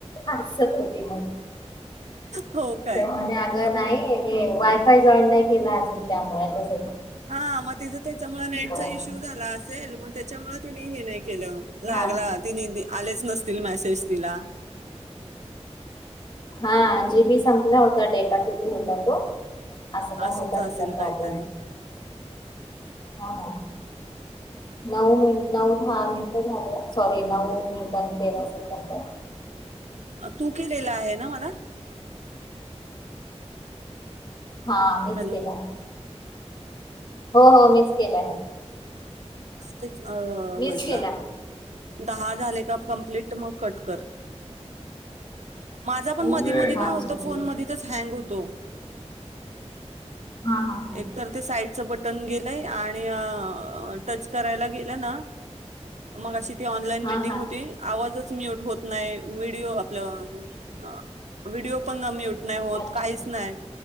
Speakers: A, on the left; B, on the right.
A: <unintelligible>
B: हो काय
A: तर मणे अगं नाही वायफाय जॉईन नाही केलं अजून त्यामुळे तस
B: हा मग तिचं त्याच्यामुळे नेटचा
A: पण
B: इश्यू झाला असेल, मग त्याच्यामुळे तिने हे नाही केल लागला
A: हा
B: ति आलेच नसतील मेसेज तिला.
A: हा जीबी संपला होता डेटा किती होता तो. असं काय
B: असंच
A: होता तिचा
B: असेल
A: प्रॉब्लेम
B: काहीतरी.
A: हो ना नऊ मिनट, नऊ दहा मिनट झाल्या. सॉरी नऊ मिनिट आणि तेरा सेकंड.
B: तू केलेलं आहे ना मला?
A: हा मीच
B: हॅलो
A: केला. हो हो मीच केलाय.
B: ते
A: मीच
B: म्हंटलं
A: केला
B: दहा झाले का कंप्लीट ट मग कट कर. माझा पण
A: अच्छा
B: मधी मधी काय होतो,
A: ठीक
B: फोन
A: आहे
B: मधितच हँग होतो.
A: हा हा हा
B: एक तर ते साईडच बटन गेलंय आणि टच करायला गेल ना मग अशी ती ऑनलाइन
A: हा
B: मीटिंग
A: हा
B: होती आवाजच म्यूट होत नाही, व्हिडिओ आपलं व्हिडिओ पण म्यूट नाही
A: अच्छा
B: होत,
A: अच्छा
B: काहीच नाही.